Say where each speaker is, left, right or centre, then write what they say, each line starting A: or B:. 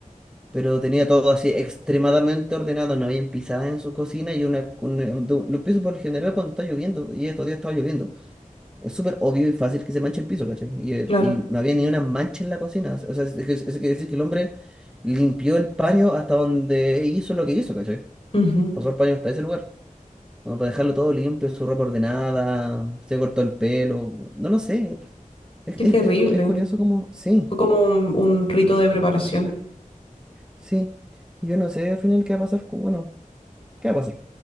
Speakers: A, in the centre; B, on the left.
A: Pero tenía todo así extremadamente ordenado, no había pisadas en su cocina y una, un, un- lo empiezo por lo general cuando está lloviendo, y estos días estaba lloviendo. Es súper obvio y fácil que se manche el piso, ¿cachai? Y, eh,
B: claro.
A: y no había ni una mancha en la cocina. O sea, es- es que- eso quiere decir que el hombre limpió el paño hasta donde hizo lo que hizo, ¿cachai?
B: Ujú.
A: Pasó el paño hasta ese lugar. Como para dejarlo todo limpio, su ropa ordenada, se cortó el pelo. No lo sé. Es,
B: Qué terrible.
A: es- es cu- es curioso como, sí,
B: Fue como un un rito de preparación.
A: sí. Yo no sé al final qué va a pasar. con- Bueno, ¿qué va a pasar?